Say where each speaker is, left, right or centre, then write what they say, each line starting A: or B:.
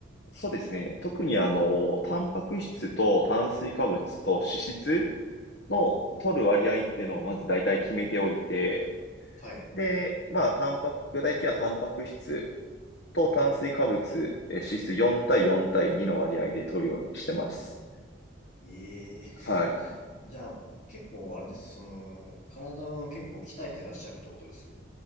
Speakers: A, on the left; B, on the left.
A: そうですね。特にあの、タンパク質と炭水化物と脂質の取る割合っていうのをまず大体決めておいて、
B: はい。
A: で、まあ、タンパク、具体的にはタンパク質と炭水化物、え脂質4対4対2の割合で取るようにしてます。
B: ええ
A: はい。
B: じゃあ、結構、あれです。その、体も結構鍛えてらっしゃるってことです。